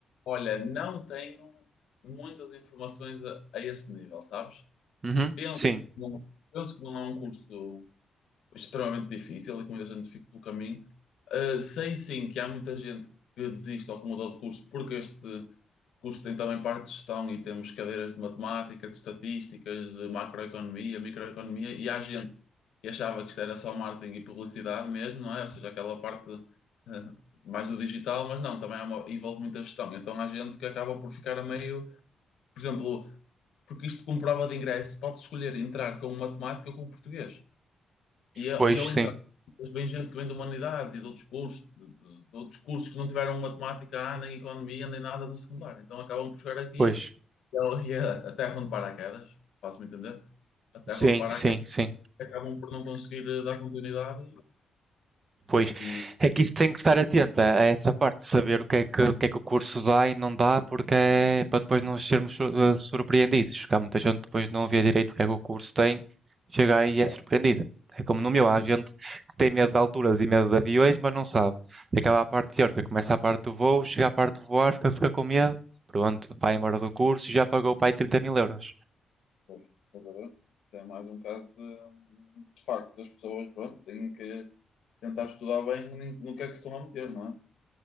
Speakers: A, on the left; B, on the right.
A: olha, não tenho muitas informações a, a esse nível, sabes?
B: Uhum,
A: Penso,
B: sim,
A: que não- penso que não é um curso extremamente difícil e que muita gente fica pelo caminho. Uh, sei sim que há muita gente que desiste ou que muda de curso porque este curso tem também parte de gestão e temos cadeiras de matemática, de estatísticas, de macroeconomia, microeconomia e há gente que achava que isto era só marketing e publicidade mesmo, não é? Ou seja, aquela parte uh, mais do digital, mas não, também há uma- envolve muita gestão. Então há gente que acaba por ficar a meio, por exemplo, porque isto como prova de ingresso, pode escolher entrar com matemática ou com português. E, a-
B: pois,
A: e ao
B: sim,
A: entrar, depois vem gente que vem de humanidades e de outros cursos, de, de- de outros cursos que não tiveram matemática, ah, nem economia, nem nada no secundário. Então acabam por chegar aqui
B: pois,
A: e a, e a, a terra onde paraquedas, faço-me entender, a terra
B: sim,
A: onde paraquedas
B: sim, sim.
A: acabam por não conseguir eh, dar continuidade
B: Pois,
A: e, e
B: é que isso tem que estar atenta a essa parte de saber o que é que, o que é que o curso dá e não dá, porque é para depois não sermos sur- eh, surpreendidos. Porque há muita gente que depois não vê direito o que é que o curso tem, chega aí
A: exato,
B: e é surpreendida. É como no meu, há
A: como
B: gente
A: é,
B: que tem medo de alturas e medo de aviões, mas não sabe. Acaba a parte teórica, começa a parte do voo, chega à parte de voar, fica, fica com medo, pronto, vai embora do curso e já pagou para aí 30 mil euros.
A: pois, estás a ver? Isso é mais um caso de, de facto, as pessoas, pronto, têm que tentar estudar bem no no que é que se estão a meter, não é?